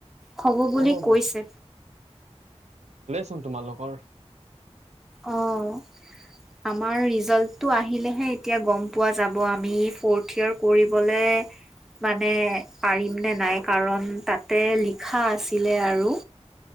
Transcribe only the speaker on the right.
অ
তোন তোমালোকৰ।